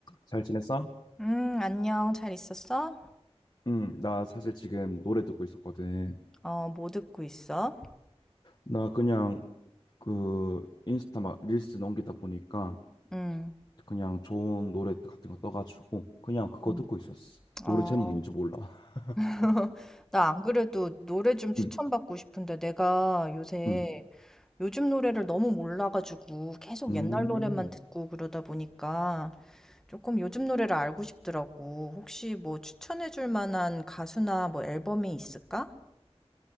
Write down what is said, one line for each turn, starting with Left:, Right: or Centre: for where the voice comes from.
Left: 잘 지냈어?
Centre: 음, 안녕. 잘 있었어?
Left: 응, 나 사실 지금 노래 듣고 있었거든.
Centre: 어, 뭐 듣고 있어?
Left: 나 그냥 그 인스타 막 릴스 넘기다 보니까
Centre: 음,
Left: 그냥 좋은 노래 같은 거 떠가지고 그냥 그거
Centre: 음.
Left: 듣고 있었어.
Centre: 어,
Left: 노래 제목 뭔지 몰라. <laughs>
Centre: <laughs> 나 안 그래도 노래 좀 추천받고
Left: 응,
Centre: 싶은데 내가 요새
Left: 응,
Centre: 요즘 노래를 너무 몰라가지고 계속
Left: 음.
Centre: 옛날 노래만 듣고 그러다 보니까 조금 요즘 노래를 알고 싶더라고. 혹시 뭐 추천해줄 만한 가수나 뭐 앨범이 있을까?